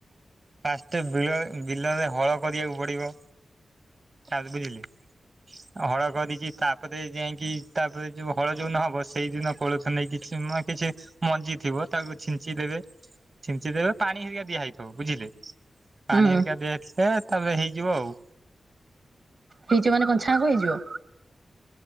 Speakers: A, on the right (about 35°); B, on the right (about 55°).
A: ଫାଷ୍ଟ ବ ବିଲରେ ହଳ କରିବାକୁ ପଡିବ ଆ ବୁଝିଲି। ହଳ କରିକି ତାପରେ ଯାଇକି ତାପରେ ଯୋଉ ହଳ ଯୋଉ ନହବ ସେଇଦିନ। କୋଳଥ ନେଇକି କିଛି ମ କିଛି। ମଞ୍ଜି ଥିବ ତାକୁ ଛିଞ୍ଚି ଦେବେ ଛିଞ୍ଚି ଦେବେ ପାଣି ହେରିକା ଦିଆ ହେଇଥିବ ବୁଝିଲେ। ପାଣି
B: ହୁଁ
A: ଏକରିକା ଦିଆ ହେଇଥିଲେ ତାପରେ ହେଇଯିବ ଆଉ।
B: ହେଇଯିବ ମାନେ କଣ ଚ୍ଚାଣ କୁ ହେଇଯିବ।